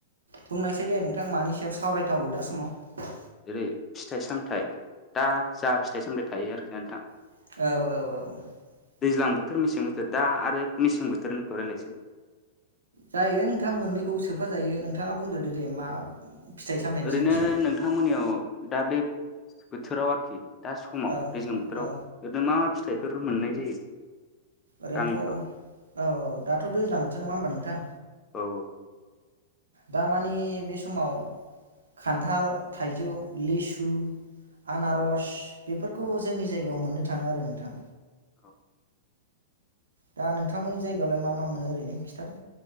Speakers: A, on the right (about 80°); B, on the left (about 25°).
A: बुंनायसै दे नोंथां मानि सायाव सावरायथावो दा समाव
B: जेरै फिथाइ सामथायाइ दा जा फिथाइ सामथायाइ थायो आरोखि ना नोंथां
A: औ औ औ
B: दैज्लां बोथोर मेसें बोथोर दा आरो मेसें बोथोरनिखौ रायज्लायसै
A: जायो नोंथां मोननैखौबो सोफाजायो नोंथाङा बुंग्रोदो दे मा फिथाइ सामथाइनि
B: ओरैनो
A: सायाव एसे
B: नोंथांमोननियाव दा बे बोथोराव आरोखि दा समाव
A: औ
B: दैज्लां बोथोराव
A: औ
B: ओरनो मा मा फिथाइफोर मोननाय जायो
A: ओरैनोथ'
B: गामिफ्राव
A: औ औ दाथ' दैज्लां बोथोर नङा होमबा नोंथां
B: औ औ
A: दामानि बे समाव खान्थाल थाइजौ लिसु आनारस बेफोरखौ जोंनि जायगायाव मोननो थाङो आरो नोंथां
B: औ
A: दा नोंथांमोननि जायगायावलाय मा मा मोनो ओरैनो खिन्थादो